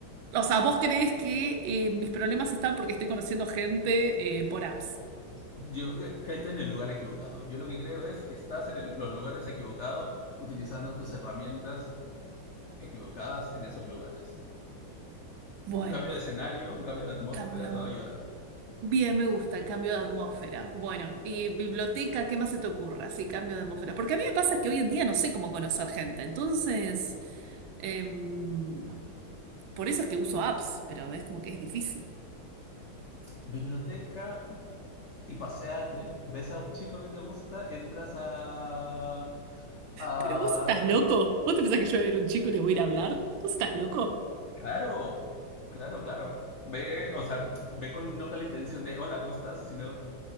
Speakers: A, on the right; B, on the left.
A: O sea, ¿vos creés que eh, mis problemas están porque estoy conociendo gente eh, por apps?
B: Yo, gente en el lugar equivocado. Yo lo que creo es que estás en el- los lugares equivocados utilizando tus herramientas equivocadas en esos lugares.
A: Bueno,
B: Un cambio de escenario, un cambio de atmósfera
A: cambio.
B: te va a ayudar.
A: Bien, me gusta, cambio de atmósfera. Bueno, y biblioteca, ¿qué más se te ocurra? Sí, cambio de atmósfera. Porque a mí me pasa que hoy en día no sé cómo conocer gente. Entonces, em, por eso es que uso apps, pero es como que es difícil.
B: Biblioteca y paseate, ves a un chico que te gusta, entras a... a...
A: Pero vos estás loco. ¿Vos te pensás que yo voy a ver a un chico y le voy a ir a hablar? ¿Vos estás loco?
B: Claro, claro, claro. Ve, o sea, ve con, no con la intención de, hola, ¿cómo estás? Sino,